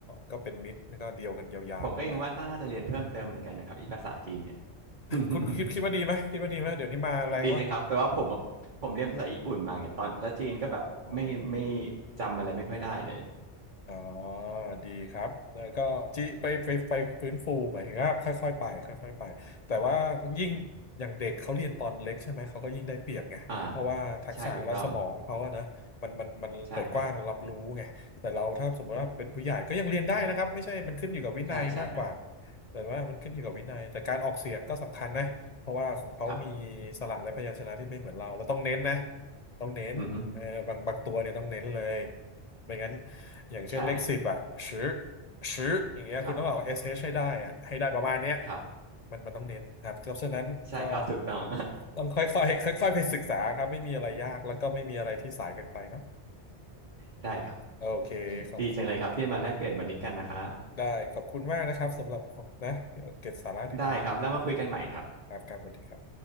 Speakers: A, on the left; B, on the right.
A: ก็เป็นมิตรแล้วก็เดียวกันยาวๆไป
B: ผมก็ยังว่าน่าจะเรียนเพิ่มเติมเหมือนกันนะครับอีภาษาจีนเนี่ย <laughs>
A: คุณคิดคิดว่าดีไหมคิดว่าดีไหมเดี๋ยวนี้มาแรงวะ
B: ดีสิครับแต่ว่าผมอะผมเรียนภาษาญี่ปุ่นมาไงตอนแล้วจีนก็แบบไม่ไม่
A: อ๋อญี่ปุ่น
B: จำอะไรไม่ค่อยได้เลย
A: อ๋อดีครับแล้วก็ที่ไปไปไปฟื้นฟูหมายถึงว่าค่อยๆไปค่อยๆไปแต่ว่ายิ่งอย่างเด็กเขาเรียนตอนเล็กใช่ไหมเขาก็ยิ่งได้เปรียบไงเพราะว่าทักษะและสมองเขาอะนะมันมันมันเปิดกว้างรับรู้ไงแต่เราถ้าสมมติว่าเป็นผู้ใหญ่ก็ยังเรียนได้นะครับไม่ใช่มันขึ้นอยู่กับวินัยมากกว่า
B: อ่าใช่ถูกต้องใช่ครับใช่ใช่ครับ
A: แต่ว่ามันขึ้นอยู่กับวินัยแต่การออกเสียงก็สำคัญนะเพราะว่าของเขามี
B: ครับ
A: สระและพยัญชนะที่ไม่เหมือนเราแล้วต้องเน้นนะต้องเน้นเออบางบางตัวเนี่ยต้องเน้นเลย
B: อือฮึ
A: ไม่งั้น อย่างเช่นเลขสิบอ่ะชื้อ
B: ใช่
A: ชื้ออย่างเงี้ยคุณต้องเอา
B: ครับ
A: SH ให้ได้อ่ะให้ได้ประมาณเนี้ย
B: ครับ
A: มันมันต้องเน้นครับเพราะฉะนั้นก็
B: ใช่ครับถูกต้อง
A: ต้องค่อยๆค่อยๆไปศึกษาครับไม่มีอะไรยากแล้วก็ไม่มีอะไรที่สายเกินไปเนาะ
B: <laughs> ได้ครับ
A: โอเคขอบคุณ
B: ดีจังเลยครับที่มาแลกเปลี่ยนวันนี้กันนะครับ
A: ได้ขอบคุณมากนะครับสำหรับนะเดี๋ยวเก็บสาระดี
B: ได้ครับแล้วมาคุยกันใหม่ครับ
A: ๆครับครับสวัสดีครับ